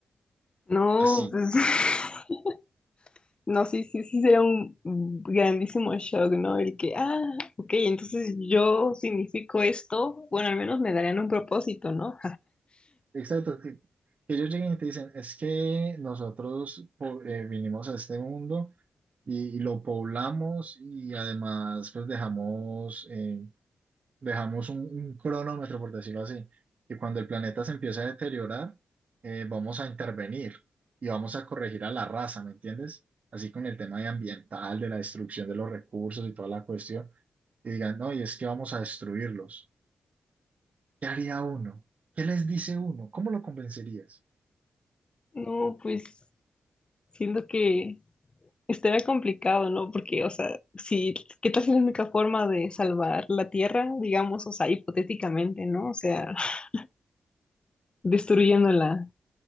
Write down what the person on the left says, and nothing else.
No,
pues, <laughs> no, sí, sí, sí, sería un grandísimo shock, ¿no? El que, ah, ok, entonces yo significo esto, bueno, al menos me darían un propósito, ¿no?
No, pues siento que estaría complicado, ¿no? Porque, o sea, si, ¿qué tal si la única forma de salvar la Tierra, digamos, o sea, hipotéticamente, ¿no? O sea, <laughs> destruyéndola.